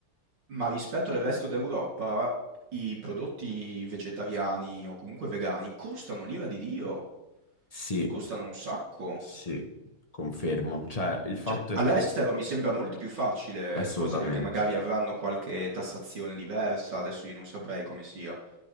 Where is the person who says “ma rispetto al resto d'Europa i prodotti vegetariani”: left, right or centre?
Right